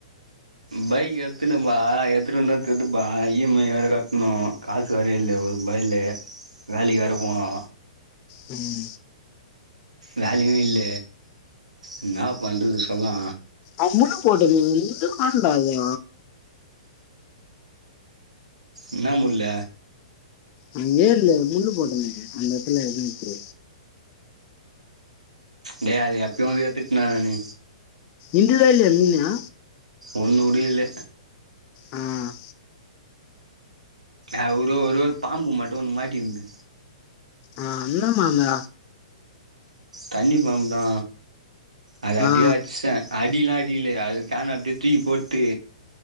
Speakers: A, on the right; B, on the left.
A: பைக் எடுத்துன்னு பா எடுத்துட்டு <unintelligible> இ எம் ஐ வேற கட்டணு காசு வேர இல்ல ஒரு ரூபா இல்லே வேலைக்கு வேற போனு
B: ம்
A: வேலையு இல்ல என்னா பண்றது சொல்லா
B: அவுங்களு போட்டு நீ ஒன்னு கவல படாதட
A: என்ன முல்ல
B: அங்க ஏர்ல முள்ளு போட்டமே அந்த எடத்துல இருந்துச்சி
A: டே அது எப்யோ அது ஏத்துட்னா நானு
B: இந்துதா இல்லையா மீனா?
A: ஒன்னு உடயேல்ல
B: ம்
A: ஆ ஒரே ஒரு ஒரு பாம்பு மட்டு ஒண்ணு மாட்ருந்து
B: ஆ இன்ன பாம்பு
A: தண்ணி பாம்பு தா அத அப்டியே
B: ஆ,
A: அட்சே அடிலா அடிக்ளே அது கான அப்டியே தூக்கி போட்டு